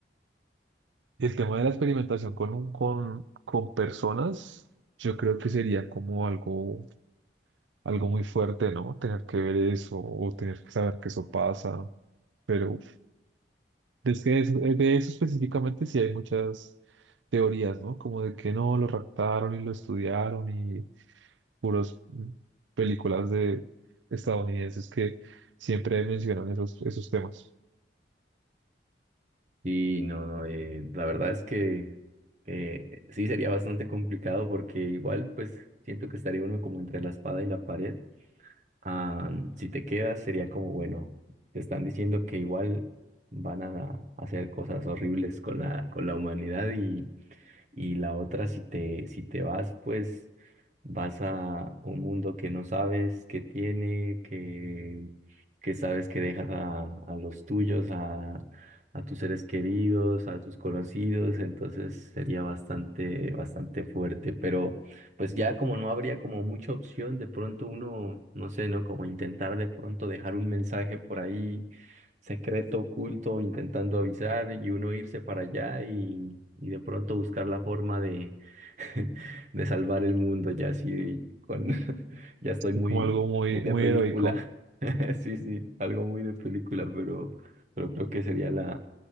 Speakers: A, on the right; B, on the right.
A: el tema de la experimentación con, un- con, con personas, yo creo que sería como algo, algo muy fuerte, ¿no? Tener que ver eso o tener que saber que eso pasa. Pero uf, es que eso- eh, de eso específicamente sí hay muchas teorías, ¿no? Como de que no, lo raptaron y lo estudiaron y puros mm, películas de estadounidenses que siempre mencionan esos, esos temas.
B: Sí, no, no, eh, la verdad es que eh, eh, sí sería bastante complicado porque igual pues siento que estaría uno como entre la espada y la pared. Ah, si te quedas sería como, bueno, te están diciendo que igual van a hacer cosas horribles con la, con la humanidad y y la otra, si te, si te vas, pues vas a un mundo que no sabes que tiene, que, que sabes que dejas a, a los tuyos, a, a tus seres queridos, a tus conocidos, entonces sería bastante, bastante fuerte, pero pues ya como no habría como mucha opción, de pronto uno, no sé, ¿no? Como intentar de pronto dejar un mensaje por ahí secreto, oculto, intentando avisar y uno irse para allá y, y de pronto buscar la forma de, <laughs> de salvar el mundo, ya así con, <laughs> ya estoy muy,
A: Como algo muy,
B: muy de
A: muy
B: película.
A: heroico
B: <laughs> Sí, sí, algo muy de película, pero, pero creo que sería la,